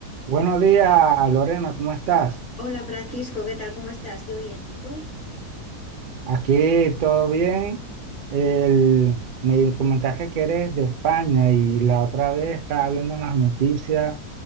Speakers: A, on the right; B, on the left.
A: Buenos días, Lorena, ¿cómo estás?
B: Hola Francisco, ¿qué tal? ¿Cómo estás? Yo bien, ¿y tú?
A: Aquí todo bien. El- me comentaste que eres de España y la otra vez estaba viendo en las noticias